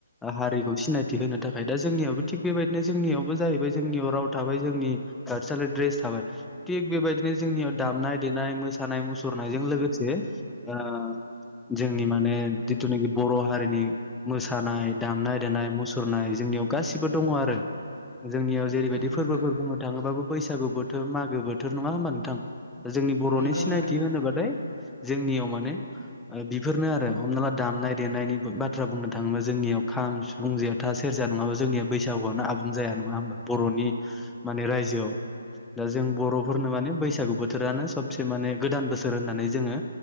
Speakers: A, in the centre; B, on the left.
A: ओ हारिखौ सिनाय थि होनो थाखाय दा जोंनियावबो थिग बेबायदिनो जोंनियावबो जाहैबाय जोंनियाव राव थाबाय जोंनि कालसालेर ड्रेस थाब थाबाय थिग बेबायदिनो जोंनियाव दामनाय देनाय मोसा मोसानाय मुसुरनायजों लोगोसे ओ जोंनि माने जिथुनिखि बर' हारिनि मोसानाय दामनाय देनाय मुसुरनाय जोंनियाव गासिबो दङ आरो। जोंनियाव जेरैबायदि
B: नंगौ
A: फोरबोफोर
B: नोंथां
A: बुंनो थाङोबाबो बैसागु बोथोर मागो बोथोर नङा होमबा नोंथां? दा जोंनि बर'नि
B: नंगौ
A: सिनायथि
B: नोंथां
A: होनोबाथाय जोंनियाव माने ओ बेफोरनो आरो हमना ला दामनाय देनायनि बाथ्रा बुंनो थाङोब्ला जोंनियाव खाम सिफुं जेथा सेरजा नङाबा जोंनिया बैसागुआनो आबुं जाया। नङा होमबा बर'नि माने रायजोआव। दा जों बर'फोरनो माने बैसागु बोथोरानो सबसे माने गोदान बोसोर होननानै जोङो